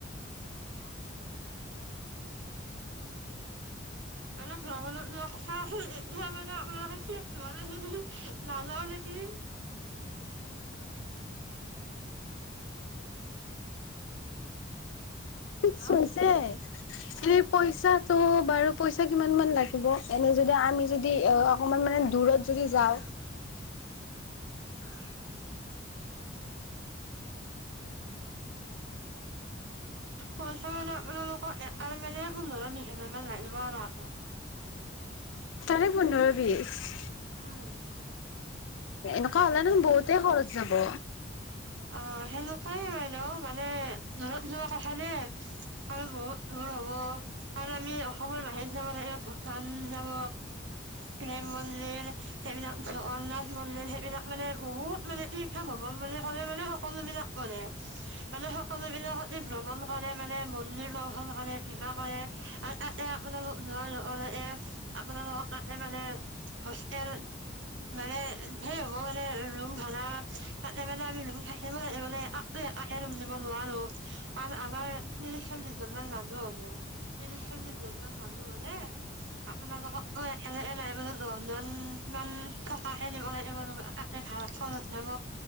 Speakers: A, on the right; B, on the left.
A: আমি ভ্ৰমণত যোৱা কথা আছিল। এতিয়া মানে আপোনাৰলোকে সেই মানে যদি নাযাও নেকি? অঁ
B: চেছে। সেই পইচাটো বাৰু পইচা কিমান মান লাগিব? এনে যদি আমি যদি অ- অকমান মানে, দূৰত যদি যাওঁ
A: <unintelligible> পইচা মানে, আপোনালোকৰ এটাৰ মানে, <unintelligible> লাগিব আৰু হাতত।
B: নে পোন্ধৰ-বিশ?
A: উম!
B: এনেকুৱা হ'লেনো বহুতে খৰচ যাব।
A: অ'! সেনেকুৱাই মানে অ'! মানে, দূৰত যোৱা কথা <unintelligible> আৰু বহুত দূৰ হ'ব। কাৰণ আমি, অসমৰ বাহিৰত যাব লাগিব, ভূটান যাব। প্ৰেম মন্দিৰ, সেইবিলাক, জগন্নাথ মন্দিৰ। সেইবিলাক মানে, বহুত মানে, তীৰ্থ ভৱন মানে। হ'লে মানে, সকলোবিলাক কৰে। মানে, সকলোবিলাকহঁতি ভ্ৰমণ কৰে মানে। মন্দিৰ দৰ্শন কৰে, কিবা কৰে। আৰু তাতে আপোনালোক, যোৱাৰ লগে-লগে, আপোনালোকক তাতে মানে, হোষ্টেল মানে, হে হ'ব মানে, ৰুম ভাড়া। তাতে মানে, আমি থাকিব মানে। <unintelligible> ৰুম দিব নোৱাৰোঁ। আৰু আমাৰ ত্ৰিশ-চল্লিছজনমান মানুহ হ'ব, ত্ৰিশ-চল্লিশ জনমান মানুহ হ'লে, আপোনালোকক <unintelligible> দহজন থকাহে দিব পাৰিব <unintelligible> এ, ভাত খোৱাত যাব।